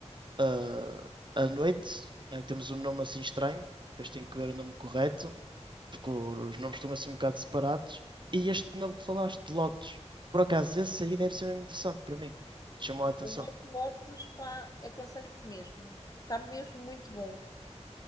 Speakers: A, on the right; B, on the left.
A: ah, à noite, né? Temos um nome assim estranho, depois tenho que ver o nome correto porque os nomes estão assim um bocado separados. E este novo que falaste, de Lotus, por acaso, esse aí deve ser mesmo interessante para mim. Chamou a atenção.
B: O White Lotus, pá, aconselho-te mesmo. Está mesmo muito bom.